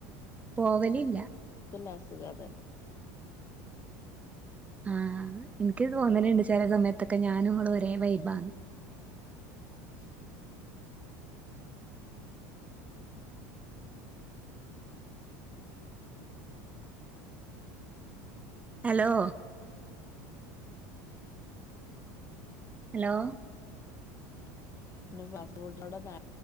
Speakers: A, on the right; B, on the left.
A: പോവലില്ല
B: കുഞ്ഞിനസുഖമാണ്
A: ആഹ് എനിക്കുതോന്നലിൻഡ് ണ്ട് ചിലസമയത്തൊക്കെ ഞാനും നിങ്ങളും ഒരേ വൈബാ ഹലോ, ഹലോ
B: നിങ്ങൾക്കു ഫാസ്റ്റു ഫുഡിനോടാ താൽ